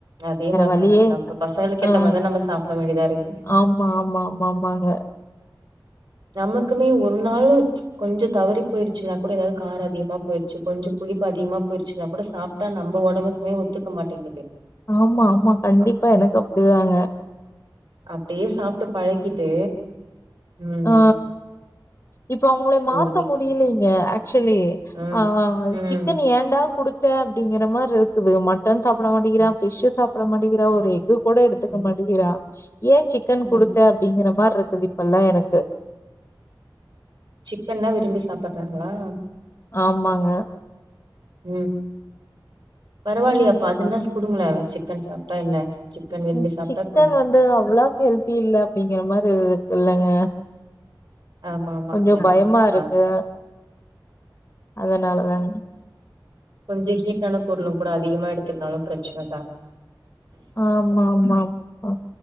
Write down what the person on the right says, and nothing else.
அதே மாரிதாங்க
நம்ம பசங்களுக்கு ஏத்த
மாரிதா நம்ம சாப்பிட வேண்டியதா இருக்குது
நமக்குமே ஒரு நாளு கொஞ்ச தவறி போயிருச்சுனா கூட எதாவ்து கார அதிகமா போயிருச்சு கொஞ்ச புளிப்பு அதிகமா போயிருச்சுனா கூட சாப்ட்டா நம் ப ஒடம்புக்குமே ஒத்துக்க மாட்டேங்குது
அப்
அப்டியே சாப்ட்டு பழக்கிட்டு ம்
ஊருடி
ம்
ம்
ம்
ம்
ம்
சிக்கன்னா விரும்பி சாப்புட்றாங்ளா
ம் பரவால்லயே அப்ப அதுனாசு குடுங்ளே சிக்கன் சாப்ட்டா என்ன சிக்கன் விரும்பி
சாப்ட்டா
குடுங்க
ஆமா ஆமா
அது என்னவோ
உண்மதா
கொஞ்ச ஹீட்டான பொருளு கூட அதிகமா எடுத்துக்னாலு பிரச்சனதா